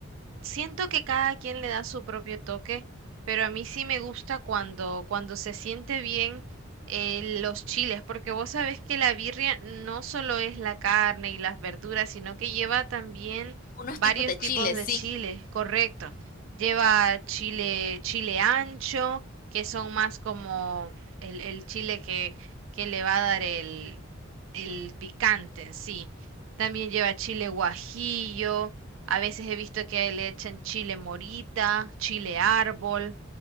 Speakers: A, on the right; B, on the left.
A: Siento que cada quien le da su propio toque, pero a mí sí me gusta cuando, cuando se siente bien eh, los chiles, porque vos sabés que la birria no solo es la carne y las verduras, sino que lleva también
B: Unos
A: varios
B: tipos de
A: tipos
B: chiles,
A: de
B: sí,
A: chiles, correcto. Lleva chile, chile ancho, que son más como el, el chile que, que le va a dar el, el picante en sí. También lleva chile guajillo. A veces he visto que le echan chile morita, chile árbol,